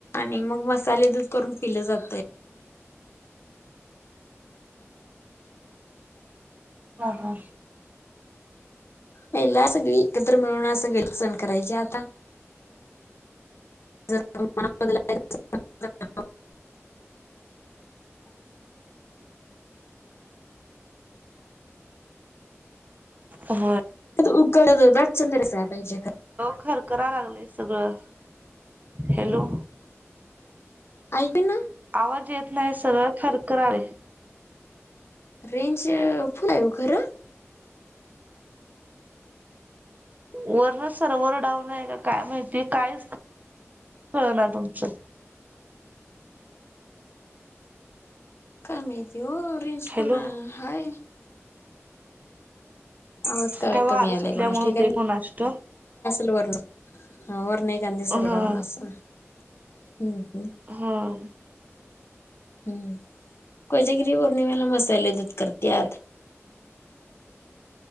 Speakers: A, on the left; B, on the right.
A: आणि मग मसाले दूध करून पिलं जातं.
B: हा हा
A: पहिला सगळी एकत्र मिळून असं गल्लीत सण करायचे आता जर ब <unintelligible> ह <unintelligible>
B: होय
A: अ उकळ जात आणि चंद्र दिसायला पाहिजे
B: खर खरा लागलंय सगळं हॅलो
A: ऐक ना <unintelligible>
B: आवाज येत नाही सगळं खरं करायला लागलंय.
A: रेंज फुल आहे ओ खरं
B: वर्ण सर्वर डाऊन आहे का काय माहिती काहीच कळना तुमचं
A: काय माहिती ओ रेंज
B: हॅलो
A: पण हाय आवाज का
B: काय वारं
A: कमी यायला
B: सुटल्यामुळे
A: कोणास ठाऊक
B: होतंय कुणास ठाऊक.
A: ल वण ह वर्ण एक गांधी
B: हं
A: सर उडावणार अस् हम् <unintelligible>
B: हम्म
A: हम्म कोच्यागिरी पौर्णिमेला मसाले दूध करत्यात.